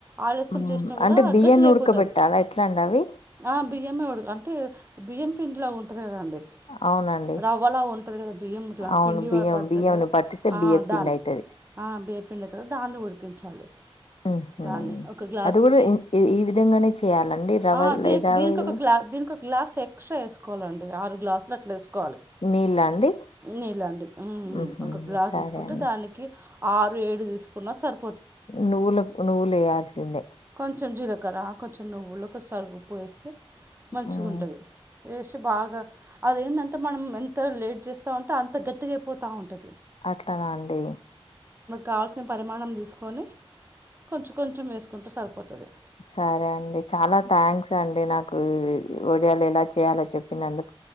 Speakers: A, on the right; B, on the left.
A: ఆలస్యం
B: హ్మ్.
A: చేసినా కూడా
B: అంటే బియ్యాన్ని
A: గట్టిగా అయిపోతది
B: ఉడకబెట్టాలా? ఎట్లా అండి అవి?
A: ఆ బియ్యమే ఉడు అంటే బియ్యం పిండి లా ఉంటది కదా అండి
B: అవునండి.
A: రవ్వలా ఉంటుంది కదా బియ్యం ఇట్లా
B: అవును.
A: పిండి
B: బియ్యం
A: పడుతుంది
B: బియ్యంని
A: కదా
B: పట్టిస్తే
A: ఆ
B: బియ్యపిండి
A: దాన్ని
B: అయితది.
A: ఆ బియ్యం పిండి తోని దాన్ని ఉడికించాలి
B: ఉహు
A: దాన్ని ఒక గ్లాసుకి
B: అది కూడా ఇ ఈ విధంగానే చేయ్యాలండి రవ
A: ఆ దీ
B: లేదా ఇది
A: దీనికి ఒక గ్లా ఎక్స్ట్రా ఎసుకోవాలండి ఆరు గ్లాసులు అట్ల ఏసు కోవాలి
B: నీళ్ళ అండి
A: నీళ్ళ అండి ఊ
B: ఉహూ
A: ఒక గ్లాస్
B: సరే
A: తీసుకుంటే
B: అండి
A: దానికి ఆరు ఏడు తీసుకున్నా సరి
B: నూలఎక్కు నువులేయాల్సిందే
A: చుంచు జీలకర్ర కొంచెం నువ్వులు కొసాలు ఉప్పు వేస్తే మంచిగుంటది
B: హ్మ్
A: వేసి బాగా అదేందంటే మనం ఎంత లేట్ చేస్తా ఉంటే అంత గట్టిగా అయిపోతా ఉంట
B: అట్లనా అండి
A: కాల్సిన పరిమాణం తీసుకొని కొంచెం కొంచెం వేసుకుంటె సరిపోతది
B: సరే అండి చాలా థ్యాంక్స్ అండి నాకు ఒడియాలు ఎలా చేయాలో చెప్పినందు